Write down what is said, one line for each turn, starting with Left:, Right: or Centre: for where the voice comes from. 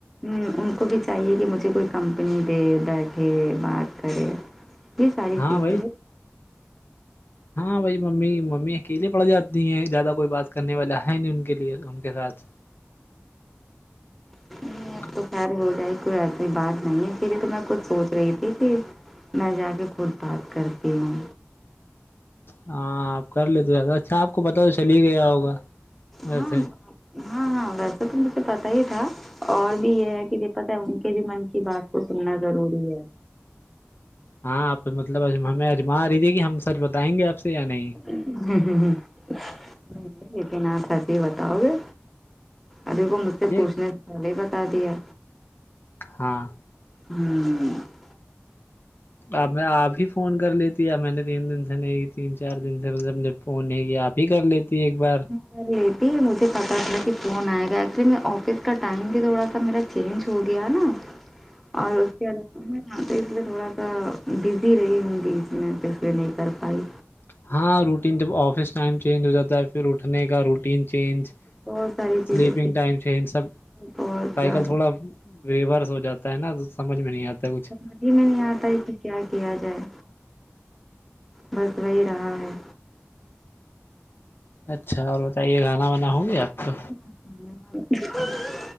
Centre: ہ ان کو بھی چاہیے کہ مجھے کوئی کمپنی دے بیٹھے بات کرے یہ ساری
Left: ہاں
Centre: چیز
Left: بھائی
Centre: ہے
Left: ہاں بھائی ممی ممی اکیلے پڑ جاتی ہیں زیادہ کوئی بات کرنے والا ہے نہیں ان کے لیے ان کے ساتھ ع
Centre: ہیں۔
Left: ں
Centre: اب تو خیر ہو جائے کوئی ایسی بات نہیں ہے پ یہ تو میں کچھ سوچ رہی تھی کہ میں جا کے خود بات کرتی ہوں
Left: ہاں آپ کر لیتے زیاد اچھا آپ کو پتا تو چل ہی گیا ہوگا ویسے
Centre: ہاں ہاں ہاں ویسے تو مجھے پتا ہی تھا اور بھی یہ ہے کہ یہ پت ہے ان کے بھی من کی بات کو سننا ضروری ہے
Left: ہاں آپ مطلب ہمیں اجما رہی تھی کہ ہم سچ بتائیں گے آپ سے یا نہیں
Centre: ہ ہ ہ ہ لیکن آپ سچ ہی بتاؤ گے ابھی کو مجھ سے
Left: یہ
Centre: پوچھنے پہلے بتا دیا
Left: ہاں
Centre: ہوں
Left: اب میں آپ ہی فون کر لی تھی اب میں نے تین دن سے نہیں تین چار دن سے مطب فون ہے کہ آپ ہی کر لیتی ایک بار
Centre: کر لیتی مجھے پتا تھا کہ فون آئے گا ایکچولی میں آفس کا ٹائم بھی تھوڑا سا میرا چینج ہو گیا نا
Left: ج
Centre: اور کیا ہاں تو اس لیے تھوڑا سا بزی رہی ہوں گی میں تو اس لیے نہیں کر پائی
Left: ہاں روٹین جب آفس ٹائم چینج ہو جاتا ہے پھر اٹھنے کا روٹین چینج
Centre: بہت ساری چیزیں
Left: سلیپنگ
Centre: تھی،
Left: ٹائم چ ان سب
Centre: بہت
Left: سائیکل
Centre: زیادہ
Left: تھوڑا ریورس ہو جاتا ہے نا سمجھ میں نہیں آتا ہے کچھ
Centre: ادھی میں نہیں آتا ہے کہ کیا کیا جائے بس وہی رہا ہے
Left: اچھا اور بتائیے گانا وانا ہوں گے آپ کو
Centre: ان <unintelligible>